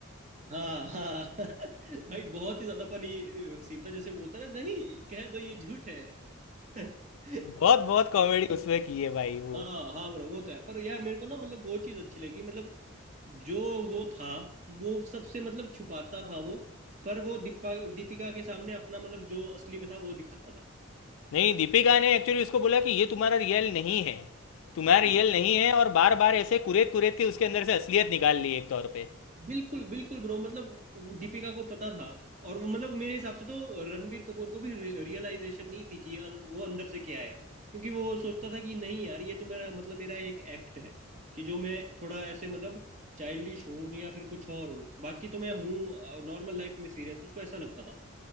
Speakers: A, on the right (about 35°); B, on the left (about 70°).
A: हाँ हाँ <laughs> भाई बहुत ही ज्यादा फनी सीन था जैसे बोलता है ना नहीं कह दो ये झूठ है <laughs>
B: बहुत बहुत कॉमेडी उसमें की है भाई वो
A: हाँ हाँ ब्रो वो तो है पर यार मेरे को ना मतलब वो चीज अच्छी लगी मतलब जो वो था वो सबसे मतलब छुपाता था वो पर वो दीपा दीपिका के सामने अपना मतलब जो असली में था वो दिखाता था
B: नहीं दीपिका ने एक्चुअली उसको बोला कि ये तुम्हारा रियल नहीं है तुम्हारा
A: हाँ
B: रियल नहीं है और बार बार ऐसे कुरेद कुरेद के उसके अंदर से असलियत निकाल ली एक तौर पे
A: बिल्कुल बिल्कुल ब्रो मतलब दीपिका को पता था और वो मतलब मेरे हिसाब से तो रणबीर कपूर को भी रियलाइजेशन नहीं थी कि अ- वो अंदर से क्या है क्योंकि वो सोचता था कि नहीं यार ये तो मेरा मतलब मेरा एक एक्ट है कि जो मैं थोड़ा ऐसे मतलब चाइल्डिश हूँ या फिर कुछ और हूँ बाकी तो मैं हूँ नॉर्मल लाइफ में सीरियस उसको ऐसा लगता था